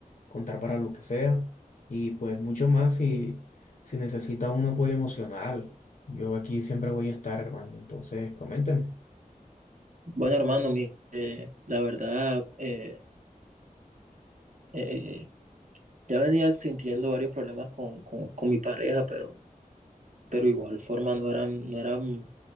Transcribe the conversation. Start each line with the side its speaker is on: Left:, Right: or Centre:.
Left: contar para lo que sea. Y pues mucho más si, si necesita un apoyo emocional. Yo aquí siempre voy a estar, hermano. Entonces, coménteme.
Right: Bueno, hermano, mi- eh, la verdad, eh, eh, Ya venía sintiendo varios problemas con, con, con mi pareja, pero, pero igual forma no eran, no eran